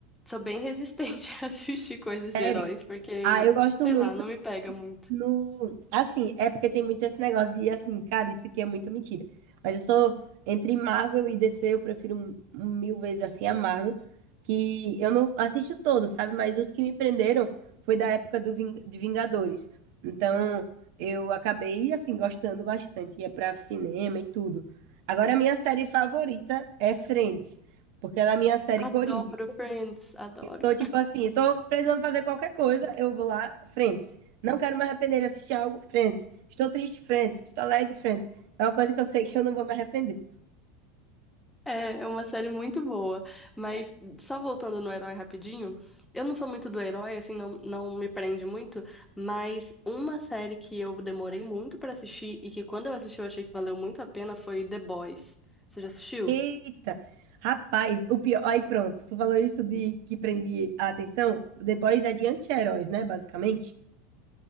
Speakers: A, in the centre; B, on the right.
A: sou bem resistente <laughs> a assistir coisas
B: Sério.
A: de heróis, porque,
B: Ah, eu gosto
A: sei
B: muito
A: lá, não me pega muito.
B: no. Assim, é porque tem muito esse negócio de, assim, cara, isso aqui é muita mentira. Mas eu sou. Entre Marvel e DC, eu prefiro m- mil vezes assim a Marvel, que eu não assisto todos, sabe? Mas os que me prenderam foi da época do Ving- de Vingadores. Então, eu acabei, assim, gostando bastante. Ia pra cinema e tudo. Agora, a minha série favorita é Friends, porque ela é a minha série coringa.
A: Adoro Friends, adoro.
B: Tô tipo assim, tô precisando fazer qualquer coisa, eu vou lá, Friends. Não quero me arrepender de assistir algo, Friends. Estou triste, Friends. Estou alegre, Friends. É uma coisa que eu sei que eu não vou me arrepender.
A: É, é uma série muito boa. Mas só voltando no herói rapidinho, eu não sou muito do herói, assim, não, não me prende muito, mas uma série que eu demorei muito pra assistir e que quando eu assisti eu achei que valeu muito a pena foi The Boys. Você já assistiu?
B: Eita! Rapaz, o pior. Aí pronto, tu falou isso de que prende a atenção. The Boys é de anti-heróis, né? Basicamente.